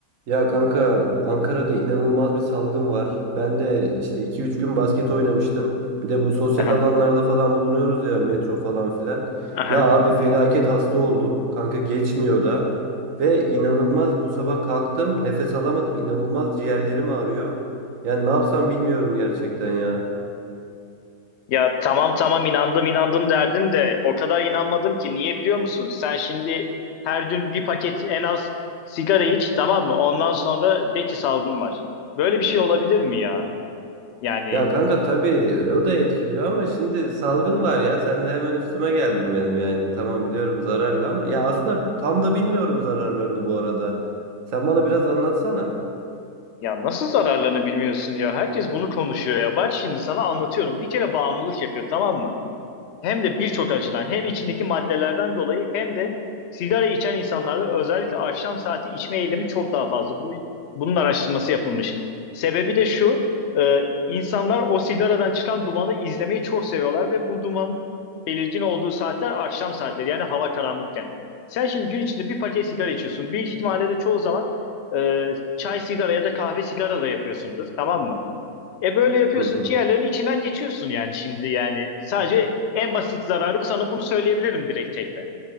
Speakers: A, on the right; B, on the left.
A: Ya kanka Ankara'da inanılmaz bir salgın var. Ben de işte iki üç gün basket oynamıştım. Bir de bu sosyal
B: Aha,
A: alanlarda falan bulunuyoruz ya metro falan filan.
B: aha.
A: Ya abi felaket hasta oldum. Kanka geçmiyor da. Ve inanılmaz bu sabah kalktım nefes alamadım. İnanılmaz ciğerlerim ağrıyor. Yani ne yapsam bilmiyorum gerçekten ya.
B: Ya tamam tamam inandım inandım derdim de o kadar inanmadım ki niye biliyor musun? Sen şimdi her gün bir paket en az sigara iç tamam mı? Ondan sonra de ki salgın var. Böyle bir şey olabilir mi ya? Yani
A: Ya kanka tabii o da etkiliyor ama şimdi salgın var ya sen de hemen üstüme geldin benim yani tamam biliyorum zararlı ama ya aslında tam da bilmiyorum zararlarını bu arada. Sen bana biraz anlatsana.
B: ya nasıl zararlarını bilmiyorsun ya? Herkes bunu konuşuyor ya. Bak şimdi sana anlatıyorum. Bir kere bağımlılık yapıyor tamam mı? hem de birçok açıdan hem içindeki maddelerden dolayı hem de sigara içen insanlarda özellikle akşam saati içme eylemi çok daha fazla. Bu bunun araştırması yapılmış. Sebebi de şu, e, insanlar o sigaradan çıkan dumanı izlemeyi çok seviyorlar ve bu duman belirgin olduğu saatler akşam saatleri yani hava karanlıkken. Sen şimdi gün içinde bir paket sigara içiyorsun. Büyük ihtimalle de çoğu zaman e, çay sigara ya da kahve sigara da yapıyorsundur, tamam mı? E böyle yapıyorsun
A: Hı.
B: ciğerlerinin içinden geçiyorsun yani şimdi yani sadece en basit zararı bu sana bunu söyleyebilirim direkt tekte.